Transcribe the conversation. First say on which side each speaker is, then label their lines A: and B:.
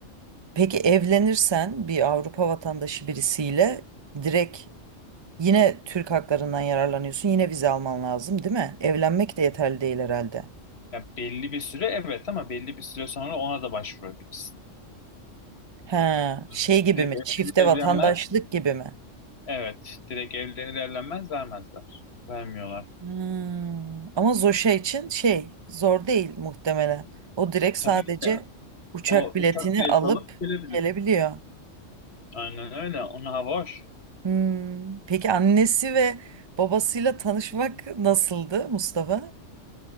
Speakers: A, on the right (about 30°); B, on the left (about 55°).
A: Peki evlenirsen bir Avrupa vatandaşı birisiyle direkt Yine Türk haklarından yararlanıyorsun. Yine vize alman lazım, değil mi? Evlenmek de yeterli değil herhalde.
B: Ya belli bir süre evet ama belli bir süre sonra ona da başvurabilirsin.
A: Ha,
B: Anladım.
A: şey gibi
B: Direkt
A: mi?
B: evlenir
A: Çifte vatandaşlık
B: evlenmez.
A: gibi mi?
B: Evet. Direkt evlenir evlenmez vermezler. Vermiyorlar.
A: Hmm, Ama Zoşa için şey zor değil muhtemelen. O direkt sadece
B: Tabii ki de
A: uçak
B: o
A: biletini
B: uçak bileti
A: alıp
B: alıp gelebilir.
A: gelebiliyor.
B: Aynen öyle. Ona hava hoş.
A: Hmm, Peki annesi ve babasıyla tanışmak nasıldı Mustafa?